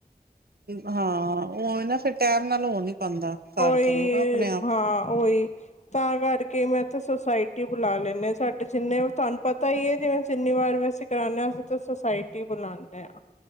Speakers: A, on the right; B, on the left.
A: ਹਾਂ ਉਹ ਨਾ ਫਿਰ ਟੈਮ ਨਾਲ ਹੋ ਨੀ ਪਾਂਦਾ ਘਰ
B: ਓਏ
A: ਕਰੋ ਨਾ ਆਪਣੇ ਆਪ।
B: ਹਾਂ ਓਏ ਤਾਂ ਕਰਕੇ ਮੈਂ ਤਾਂ ਆਈਟੀ ਬੁਲਾ ਲੈਨੇ ਸਾਡੇ ਜਿੰਨੇ ਤੁਹਾਨੂੰ ਪਤਾ ਹੀ ਹ ਜਿਵੇਂ ਜਿੰਨੀ ਵਾਰ ਮੈਂ ਸ਼ੁਕਰਾਨਾ ਅਸੀਂ ਤਾਂ ਸੋਸਾਇਟੀ ਬੁਲਾਉਂਦੇ ਆ